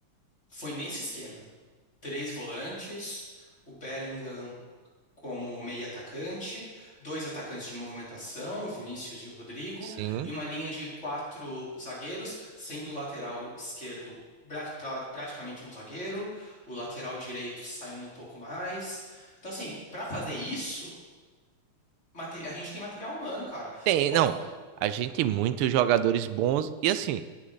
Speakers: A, on the left; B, on the right.
A: foi nesse esquema. Três volantes, o Bellingham como meio atacante, dois atacantes de movimentação, o Vinícius e o Rodrigo,
B: Sim.
A: e uma linha de quatro zagueiros, sendo o lateral esquerdo pra- pra- praticamente um zagueiro, o lateral direito saindo um pouco mais. Então, assim, para fazer isso, materi- a gente tem material humano, cara.
B: Tem,
A: Você bota
B: não. A gente tem muitos jogadores bons. E assim,